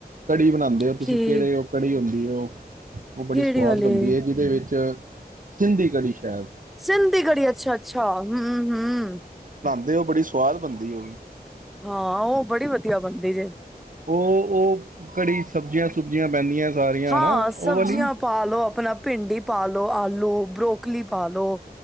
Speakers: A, on the right; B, in the centre.
A: ਕੜੀ ਬਣਾਉਂਦੇ ਹੋ, ਤੁਸੀਂ
B: ਕੀ
A: ਕਿਹੜੀ ਉਹ ਕੜੀ ਹੁੰਦੀ। <unintelligible> ਉਹ ਬੜੀ
B: ਕਿਹੜੀ
A: ਸਵਾਦ
B: ਵਾਲੇ
A: ਬਣਦੀ ਹੈ, ਜਿਹਦੇ ਵਿੱਚ ਸਿੰਧੀ ਕੜੀ ਸ਼ਾਇਦ
B: ਸਿੰਧੀ ਕੜੀ ਅੱਛਾ, ਅੱਛਾ। ਹੂੰ, ਹੂੰ।
A: ਉਹ ਬੜੀ ਸਵਾਦ ਬਣਦੀ, ਉਹ
B: ਹਾਂ, ਉਹ ਬੜੀ ਵਧੀਆ ਬਣਦੀ ਜੇ।
A: ਉਹ, ਉਹ ਕੜੀ ਸਬਜ਼ੀਆਂ ਸਬਜ਼ੀਆਂ ਪੈਂਦੀਆਂ ਸਾਰੀਆਂ
B: ਹਾਂ
A: ਹਨਾ,
B: ਸਬਜ਼ੀਆਂ
A: ਉਹ ਵਾਲੀ
B: ਪਾ ਲੋ ਆਪਣਾ ਭਿੰਡੀ ਪਾ ਲੋੋ, ਆਲੂ, ਬਰੋਕਲੀ ਪਾ ਲੋ